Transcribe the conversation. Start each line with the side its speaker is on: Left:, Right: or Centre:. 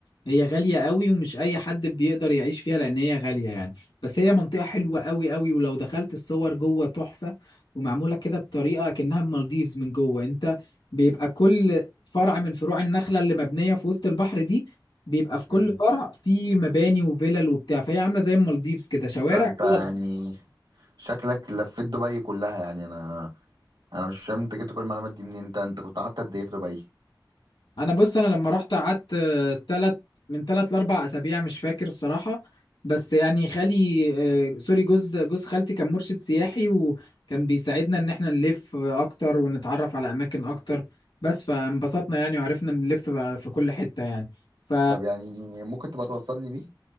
Left: هي غالية قوي ومش أي حد بيقدر يعيش فيها لأن هي غالية يعني بس هي منطقة حلوة قوي قوي ولو دخلت الصور جوه تحفة ومعمولة كده بطريقة كأنها المالديفز من جوه أنت بيبقى كل فرع من فروع النخلة اللي مبنية في وسط البحر دي بيبقى في كل
Right: مم.
Left: فرع في مباني وفلل وبتاع فهي عاملة زي المالديفز كده شوارع
Right: ده انت يعني
Left: جوه
Right: شكلك لفيت دبي كلها يعني انا انا مش فاهم انت جبت كل المعلومات دي منين انت انت كنت قعدت قد ايه في دبي
Left: انا بص انا لما رحت قعدت آه، تلت من تلت لاربع اسابيع مش فاكر الصراحه بس يعني خالي آه، سوري جوز جوز خالتي كان مرشد سياحي وكان بيساعدنا ان احنا نلف اكتر ونتعرف على اماكن اكتر بس فانبسطنا يعني وعرفنا نلف بقى في كل حته يعني ف
Right: طب يعني ممكن تبقى توصلني بيه